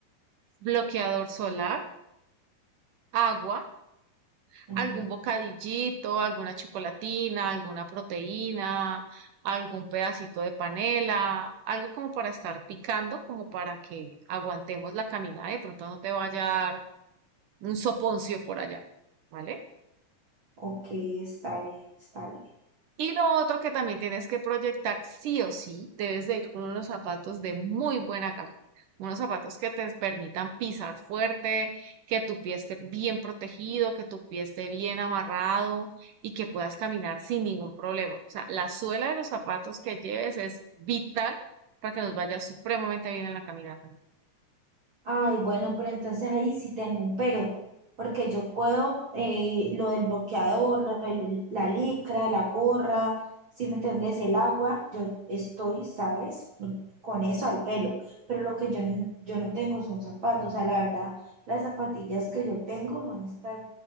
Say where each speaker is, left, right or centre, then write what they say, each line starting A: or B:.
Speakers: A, on the right; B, on the right.
A: bloqueador solar, agua
B: ujú.
A: algún bocadillito, alguna chocolatina, alguna proteína, algún pedacito de panela, algo como para estar picando, como para que aguantemos la caminada. De pronto no te vaya a dar un soponcio por allá, ¿vale?
B: Ok, está bien, está bien.
A: Y lo otro que también tienes que proyectar, sí o sí, debes de ir con unos zapatos de muy buena calidad, unos zapatos que te permitan pisar fuerte, que tu pie esté bien protegido, que tu pie esté bien amarrado y que puedas caminar sin ningún problema. O sea, la suela de los zapatos que lleves es vital para que nos vaya supremamente bien en la caminata.
B: Ay, bueno, pero entonces ahí sí tengo un pero, porque yo puedo eh, lo del bloqueador, lo de lo- la licra, la gorra, si me entendés, el agua, yo estoy, ¿sabes? Con eso al pelo, pero lo que yo no, yo no tengo son zapatos, o sea, la verdad, las zapatillas que yo tengo son estas